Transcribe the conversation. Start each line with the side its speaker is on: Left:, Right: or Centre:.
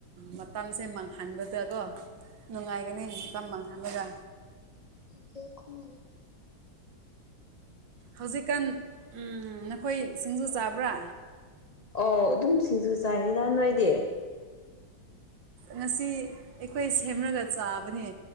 Right: ꯃꯇꯝꯁꯦ ꯃꯥꯡꯍꯟꯕꯗꯀꯣ
Left: <unintelligible>
Right: ꯅꯨꯡꯉꯥꯏꯒꯅꯤ ꯂꯝ ꯃꯥꯡꯍꯥꯡꯂꯒ
Left: ꯑꯦꯈꯨꯝ ꯃꯂ
Right: ꯍꯧꯖꯤꯛꯀꯥꯟ ꯅꯈꯣꯏ ꯁꯤꯡꯖꯨ ꯆꯥꯕ꯭ꯔꯥ
Left: ꯑꯣꯧ ꯑꯗꯨꯝ ꯁꯤꯡꯖꯨ ꯆꯥꯏꯌꯦꯗꯥ ꯅꯣꯏꯗꯤ
Right: ꯉꯁꯤ ꯑꯩꯈꯣꯏ ꯁꯦꯝꯂꯒ ꯆꯥꯕꯅꯦ